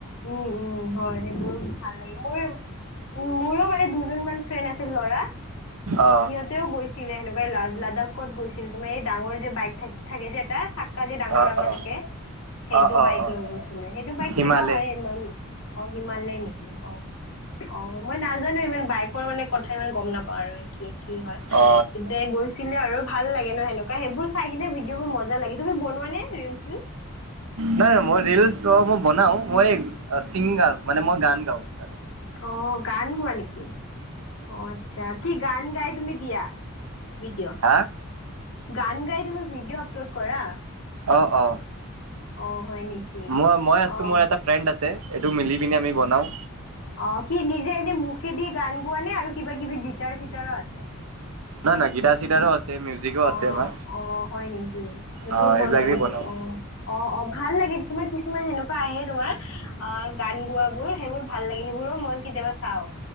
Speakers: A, on the left (about 70°); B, on the right (about 80°).
A: উম উম হয় সেইবোৰ ভাল লাগে মোৰ উ মোৰো মানে দুজন মান ফ্ৰেণ্ড আছে ল'ৰা
B: অ
A: সিহঁতেও গৈছিলে সেনেকুৱাই লা লাডাখত গৈ ছিল তোমাৰ এই ডাঙৰ যে বাইক থ থাকে যে এটা চাক্কা যে ডাঙৰ
B: অ
A: ডাঙৰ
B: অ
A: থাকে। সেইটো
B: অ অ
A: বাইক
B: অ
A: লৈ গৈছিলে সেইটো বাইক
B: হিমালয়
A: কি কিবা হয় ইমান অ হিমালয় নেকি অ অ মই নাজানো ইমান বাইক কৰ মানে কথা ইমান গম নাপাওঁ আৰু কি হয়
B: অ
A: কিন্তু গৈছিলে আৰু ভাল লাগে ন সেনেকুৱা সেইবোৰ চাই কিনে ভিডিঅ' বোৰ মজা লাগে তুমি বনোৱা নে ৰিল চিল
B: নাই মই ৰিলচ অ মই বনাও মই চিংগাৰ মানে মই গান গাওঁ তাতে
A: অ গান গোৱা নেকি অ আচ্ছা কি গান গাই তুমি দিয়া ভিডিঅ'
B: হা
A: গান গাই তুমি ভিডিঅ' আপলোড কৰা।
B: অ অ
A: অঁ হয় নেকি
B: মই মই আছো
A: অঁ
B: মোৰ এটা ফ্ৰেণ্ড আছে এইটো মিলি পিনি আমি বনাওঁ
A: অ কি নিজে এনে মুখে দি গান গোৱা নে আৰু কিবা কিবি গিটাৰ চিটাৰো আছে
B: নাই নাই গীটাৰ চিটাৰো আছে মিউজিকো
A: অ',
B: আছে আমাৰ
A: অ হয় নেকি সেইবোৰ
B: অ
A: বনোৱা
B: এইবিলাক দি
A: নেকি
B: বনাও
A: অ অ অ ভাল লাগে তোমাৰ কিছুমান সেনেকুৱা আহে তোমাৰ অ গান গোৱ বোৰ সেইবোৰ ভাল লাগে সেইবোৰো মই কেতিয়াবা চাও